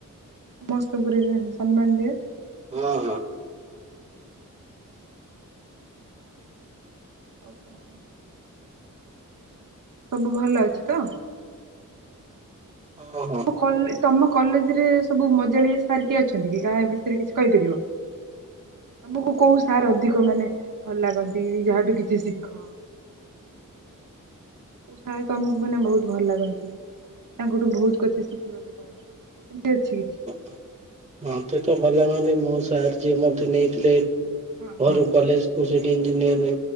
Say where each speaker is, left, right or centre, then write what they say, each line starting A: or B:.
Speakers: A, on the right; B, on the right.
A: ସମସ୍ତ ଗୁରୁଜନ ସମ୍ମାନ ଦିଏ।
B: ହଁ ହଁ।
A: ଆଉ କଣ? ସବୁ ଭଲ ଅଛି ତ?
B: ହଁ ଭଲ।
A: ତମ କଲେ ତମ କଲେଜରେ ସବୁ ମଜାଳିଆ ସାର୍ କିଏ ଅଛନ୍ତି କି କାହା ବିଷୟରେ କିଛି କହିପାରିବ? ଆମକୁ କୋଉ ସାର୍ ଅଧିକ ମାନେ ଭଲ ଲାଗନ୍ତି, ଯାହାଠୁ କିଛି ଶିଖ? କୋଉ ସାର୍ ତୁମକୁ ମାନେ ବୋହୁତ ଭଲ ଲାଗନ୍ତି, ତାଙ୍କଠୁ ବୋହୁତ କଥା ଶିଖିବାକୁ ପାଅ। ଏମିତି ଅଛି କିଛି
B: <inaudible> ମତେ ତ ଭଲାଗନ୍ତି ମୋ ସାର୍ ଯିଏ ମତେ ନେଇଥିଲେ
A: ହଁ
B: ଘରୁ
A: ହଁ
B: କଲେଜକୁ ସେଠି ଇଞ୍ଜିନିୟର